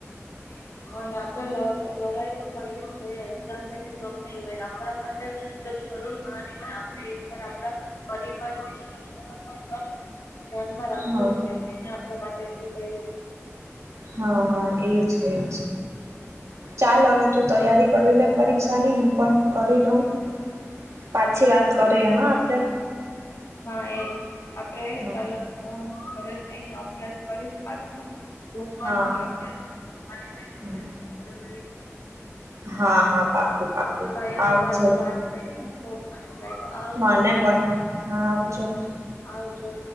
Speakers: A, on the left; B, on the right.
A: <inaudible> હ ને આપડે લર લડાઈ તો કરવી જ જોઈએ એક્ઝામ રેય કે ગમે એ હોય આપણા માટે તો જરૂર કરવાની પણ આપણે એકવાર આપણા પરિવાર વિશે જીવનમાં એક વાર મનમાં રા
B: હા
A: <unintelligible> કે એને આપડે માટે એટલું કયરુ
B: હા હા એજ એજ ચાલ હવે તું તૈયારી કરી લે પરરીક્ષાની હું પન કરી લઉં પાછી વાત કરીએ હા આપણે
A: હા એજ આપડે
B: હા
A: ચાલો હવે હું ઘરે જઈને અભ્યાસ કરીશ પાછો તું પણ
B: હા
A: કરજે અને
B: હા
A: <unintelligible>
B: હા હા પાક્કું પાક્કું
A: હા તારી હારે
B: આવજે
A: તો આજે વાત કરીને ખુબ આનંદ લાગ્યો આવજો
B: મને પણ હા આવજો.
A: આવજો.